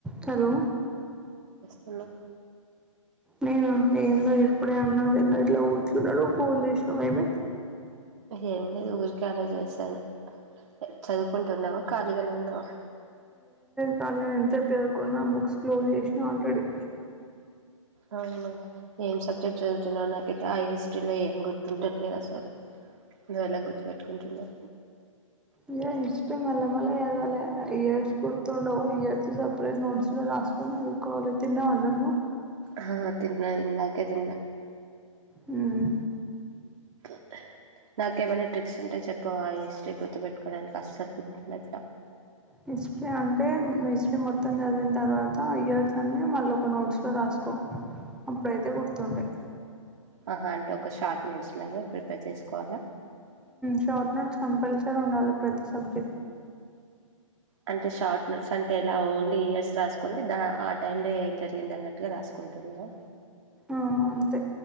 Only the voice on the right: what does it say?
హలో
ఏం లేదు ఊరికే అలా చేసాను చదువుకుంటున్నావా ఖాళీగానే ఉన్నావా
అవునా ఏం సబ్జెక్ట్ చదువుతున్నా నాకైతే ఆ హిస్టరీ <unintelligible> ఏం గుర్తుండట్లేదు అసలు నువవు ఎలా గుర్తు పెెట్టుకుంటున్నావు
హ తిన్నా ఇందా కే తిన్న
<inaudible> నాకేమైనా ట్రిక్స్ ఉంటే చెప్పవా ఆ హిస్టరీ గుర్తుపెట్టుకోవడానికి అస్సలు గుర్తుండట్లే
ఆహా అంటే ఒక షార్ట్ నోట్స్ లాగా ప్రిపేర్ చేసుకోవాలా
అంటే షార్ట్ నోట్స్ అంటే ఇలా ఓన్లీ ఇయర్స్ రాసుకొని ద ఆ టైమ్ లో ఏం జరిగింది అన్నట్టుగా రాసుకో ఉంటుందివా